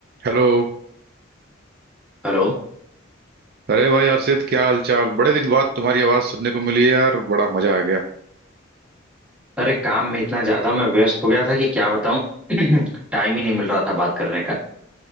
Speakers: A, on the right; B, in the centre.
A: Hello
B: हेलो
A: अरे भाई हर्षित क्या हाल चाल बड़े दिन बाद तुम्हारी आवाज सुनने को मिली है यार बड़ा मजा आ गया
B: अरे काम में इतना ज्यादा मैं व्यस्त हो गया था कि क्या बताऊं <clears throat> टाइम ही नहीं मिल रहा था बात करने का